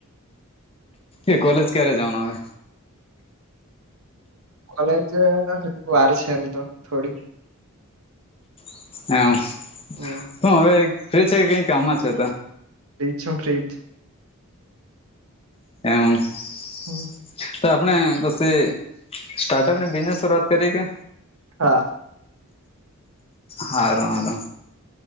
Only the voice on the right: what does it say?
કોલેજ હજુ વાર છે, એમ તો થોડી.
<inaudible>
ફ્રી જ છુ ફ્રી.
હમ્મ
હા